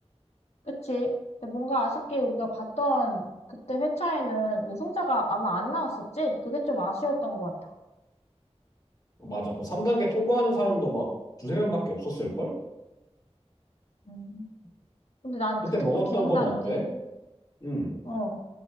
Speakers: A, on the left; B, on the left.
A: 그치? 근데 뭔가 아쉽게 우리가 봤던 그때 회차에는 우승자가 아마 안 나왔었지? 그게 좀 아쉬웠던 것 같아.
B: 맞아. 그 3단계 통과하는 사람도 막 두세 명밖에 없었을걸?
A: 음. 근데 난
B: 그때
A: 그때
B: 먹었던
A: 또 기억나는
B: 건 어때?
A: 게,
B: 음,
A: 어,